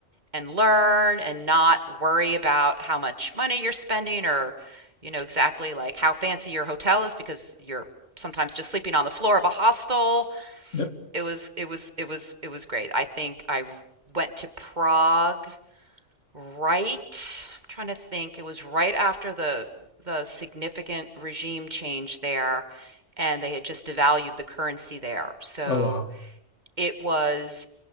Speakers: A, on the right (about 40°); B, on the left (about 85°).
A: and learn and not worry about how much money you're spending or you know exactly like how fancy your hotel is because you're sometimes just sleeping on the floor of a hostel
B: Yep.
A: it was it was it was it was great i think i went to prague right, I'm trying to think, it was right after the the significant regime change there, and they had just devalued the currency there. So
B: Oh, wow.
A: it was